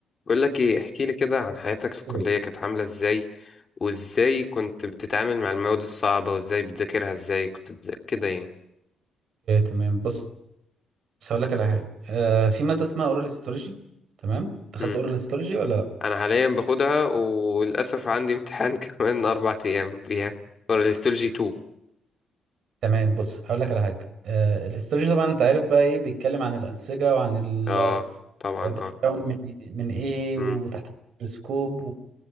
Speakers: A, on the left; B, on the right.
A: بقول لك ايه احكي لي كده عن حياتك في الكلية
B: اوكي
A: كانت عاملة ازاي وازاي كنت بتتعامل مع المواد الصعبة وازاي بتذاكرها ازاي كنت بتذاكر كده يعني
B: تمام بص بص هقول لك على حاجه آه في ماده اسمها اورال هيستولوجي تمام انت
A: مم.
B: خدت اورال هيستولوجي ولا لا
A: انا حاليا باخدها وللاسف عندي امتحان <laughs> كمان اربع ايام فيها ورا الهيستولوجي 2
B: تمام بص هقول لك على حاجه آه الهيستولوجي طبعا انت عارف بقى ايه بيتكلم عن الانسجه وعن ال...
A: اه
B: آه،
A: طبعا
B: بتتكون
A: اه
B: من إيه؟ من ايه
A: مم.
B: وتحت الميكروسكوب